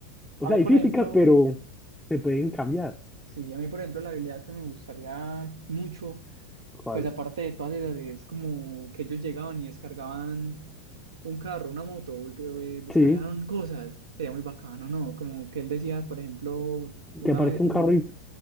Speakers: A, in the centre; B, on the right.
A: O
B: A
A: sea,
B: mí,
A: hay
B: por
A: físicas,
B: ejemplo,
A: pero se pueden cambiar.
B: sí, a mí, por ejemplo, la habilidad que me gustaría mucho
A: ¿Cuál?
B: Pues aparte de todas esas, es como que ellos llegaban y descargaban un carro, una moto, güey, que eh, descargaron
A: Sí,
B: cosas. Sería muy bacano, ¿no? Como que él decía, por ejemplo, una
A: que aparece
B: vez,
A: un
B: en
A: carro
B: un,
A: y